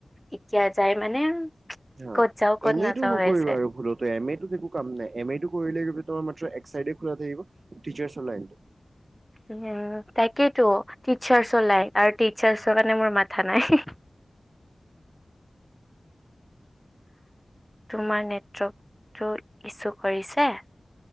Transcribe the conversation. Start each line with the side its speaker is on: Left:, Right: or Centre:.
Centre: এতিয়া যায় মানে
Right: অ
Centre: ক'ত যাও ক'ত
Right: এম এ
Centre: নাযাও
Right: টো নকৰিবা
Centre: হৈ আছে
Right: আৰু ভুলত তো এম এ টোত একো কাম নাই এম এ টো কৰিলে তোমাৰ মাত্ৰ এক চাইডে খোলা থাকিব টিচাৰ্চৰ লাইনটো
Centre: উ তাকেইেতো টিচাৰ্চ ওলাই আৰু টিচাৰ্চৰ কাৰণে মোৰ মাথা নাই তোমাৰ নেটৱৰ্কটো ইছু কৰিছে